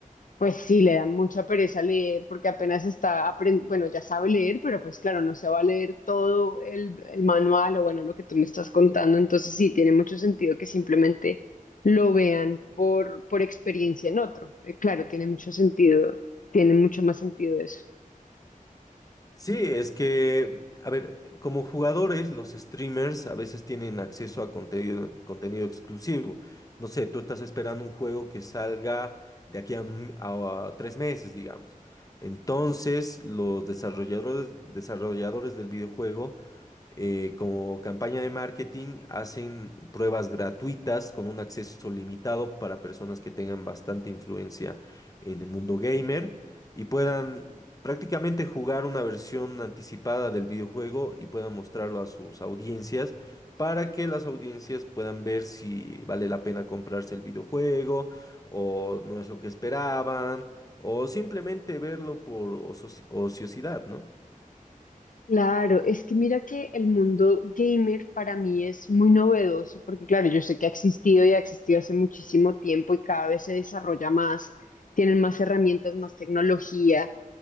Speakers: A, on the left; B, on the left.
A: pues sí, le da mucha pereza leer porque apenas está aprendiendo, bueno, ya sabe leer, pero pues claro, no se va a leer todo el, el manual o bueno, lo que tú me estás contando, entonces sí, tiene mucho sentido que simplemente lo vean por, por experiencia en otro. Eh, claro, tiene mucho sentido, tiene mucho más sentido eso.
B: Sí, es que, a ver, como jugadores, los streamers a veces tienen acceso a contenido, contenido exclusivo. No sé, tú estás esperando un juego que salga de aquí a, un- a- a tres meses, digamos. Entonces, los desarrolladores, desarrolladores del videojuego eh, como campaña de marketing, hacen pruebas gratuitas con un acceso limitado para personas que tengan bastante influencia en el mundo gamer y puedan prácticamente jugar una versión anticipada del videojuego y puedan mostrarlo a sus audiencias para que las audiencias puedan ver si vale la pena comprarse el videojuego o no es lo que esperaban o simplemente verlo por ocio- ociosidad, ¿no?
A: Claro, es que mira que el mundo gamer para mí es muy novedoso, porque claro, yo sé que ha existido y ha existido hace muchísimo tiempo y cada vez se desarrolla más, tienen más herramientas, más tecnología,